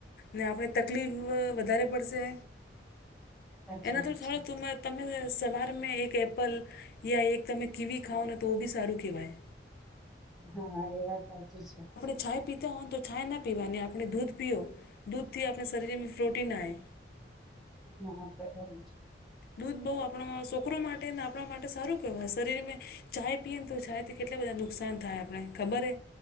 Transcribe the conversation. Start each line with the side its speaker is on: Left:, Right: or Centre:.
Left: ને આપણે તકલીફ વધારે પડશે
Centre: સાચી
Left: એના
Centre: વાત
Left: તો સારું
Centre: છે.
Left: તમે તો તમે સવાર મેં એક એપલ યા એક તમે કીવી ખાઓ ને તો બી સારું કહેવાય
Centre: હા એ વાત સાચી છે
Left: ચાય પીતા હોય તો છાય ના પીવાની આપણે દૂધ પીઓ દૂધથી આપણા શરીરમાં પ્રોટીન આવે
Centre: હા બરાબર છે
Left: દૂધ બહુ આપણા છોકરો માટે ને આપણા માટે સારું કહેવાય શરીરને ચાય પીએ ને તો ચ થી કેટલા બધા નુકસાન થાય આપણે ખબર હે